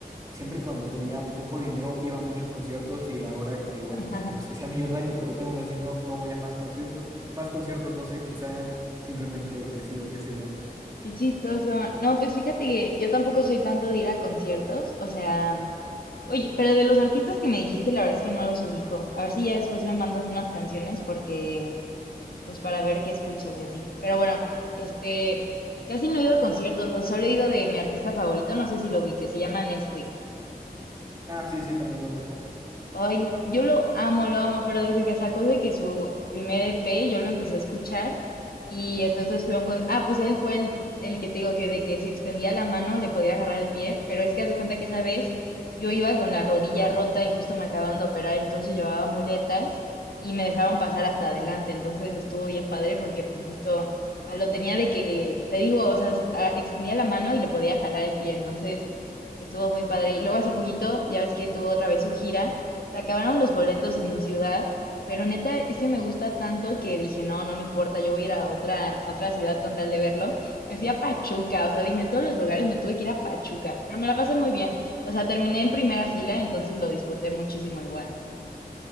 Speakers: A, on the right; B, on the left.
A: siempre cuando tenía poco dinero iba a muchos conciertos y ahora que, bueno,
B: <laughs>
A: tampoco es que sea millonario, pero tengo más dinero, no voy a más conciertos, más conciertos, no sé, quizá simplemente crecí o qué sé yo.
B: Qué chistoso. No, pues fíjate que yo tampoco soy tanto de ir a conciertos. O sea, oye, pero de los artistas que me dijiste, la verdad es que no los ubico. A ver si ya después me mandas unas canciones porque, pues para ver qué escuchas y así. Pero bueno, este, casi no he ido a conciertos, o solo he ido de mi artista favorito, no sé si lo ubique, se llama Nesquik.
A: Ah, sí, sí, también lo topo.
B: Ay, yo lo amo, lo amo, pero desde que sacó de que su primer E p yo lo empecé a escuchar y entonces fue un con... Ah, pues él fue el, el que te digo que de que si extendía la mano le podía agarrar el pie, pero es que haz de cuenta que esa vez yo iba con la rodilla rota y justo me acaban de operar, entonces llevaba muletas y me dejaron pasar hasta adelante, entonces estuvo bien padre porque pues justo, o sea, lo tenía de que, te digo, o sea, si- ah, extendía la mano y le podía jalar el pie, entonces estuvo muy padre. Y luego hace poquito, ya ves que tuvo otra vez su gira. Se acabaron los boletos en mi ciudad, pero neta es que me gusta tanto que dije, no, no me importa, yo voy a ir a otra, a otra ciudad con tal de verlo. Me fui a Pachuca, o sea, dime, todos los lugares me tuve que ir a Pachuca, pero me la pasé muy bien. O sea, terminé en primera fila, entonces lo disfruté muchísimo igual.